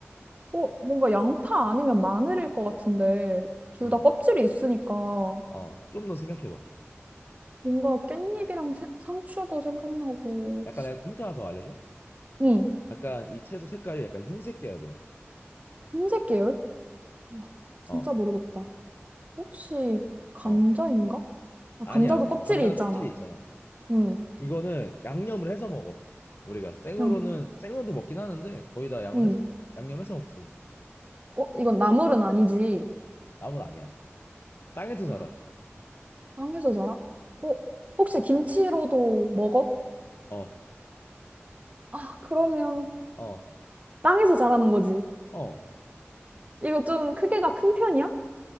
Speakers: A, on the right (about 30°); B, on the left (about 50°).
A: 어, 뭔가 양파 아니면 마늘일 것 같은데, 둘
B: 음,
A: 다 껍질이 있으니까, 어,
B: 어, 좀 더 생각해봐.
A: 뭔가 깻잎이랑 새- 상추도 생각나고,
B: 약간 내가 힌트 하나 더 알려줘?
A: 응,
B: 약간 이 채소 색깔이 약간 흰색 계열이야.
A: 흰색 계열? 와, 진짜
B: 어,
A: 모르겠다. 혹시 감자인가?
B: 어,
A: 아,
B: 아니야
A: 감자도
B: 아니야.
A: 껍질이
B: 감자는
A: 있잖아.
B: 껍질이 있잖아.
A: 응,
B: 이거는 양념을 해서 먹어. 우리가 생으로는
A: 그냥,
B: 생으로도 먹긴 하는데 거의 다 양을
A: 응.
B: 해서 양념해서 먹지.
A: 어, 이건 나물은 아니지.
B: 나물 아니야. 땅에서 자라.
A: 아, 땅에서 자라? 어, 혹시 김치로도 먹어?
B: 어,
A: 아, 그러면
B: 어,
A: 땅에서 자라는 거지.
B: 어.
A: 이거 좀 크기가 큰 편이야?